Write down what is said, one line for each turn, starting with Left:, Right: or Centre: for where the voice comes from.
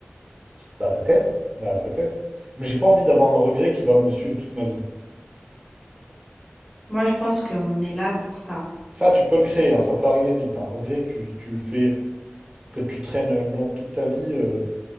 Right: Bah peut-être, bah peut-être. Mais j'ai pas envie d'avoir un regret qui va me suivre toute ma vie.
Centre: Moi, je pense qu'on est là pour ça.
Right: Ça, tu peux le créer, hein, ça peut arriver vite. Un regret que tu, tu fais, que tu traînes euh, long toute ta vie, euh,